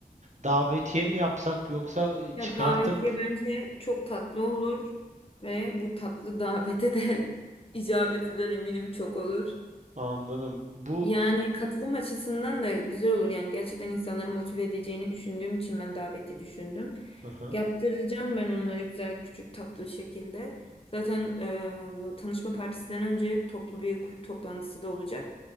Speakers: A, on the right; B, on the left.
A: davetiye mi yapsak yoksa e, çıkartıp
B: Ya davetiye bence çok tatlı olur ve bu tatlı davete de <laughs> icabet eden eminim çok olur.
A: anladım. Bu
B: Yani katılım açısından da güzel olur. Yani gerçekten insanları motive edeceğini düşündüğüm için ben daveti düşündüm.
A: aha,
B: Yaptıracağım ben onları güzel küçük tatlı şekilde. Zaten eee, tanışma partisinden önce toplu bir kulüp toplantısı da olacak.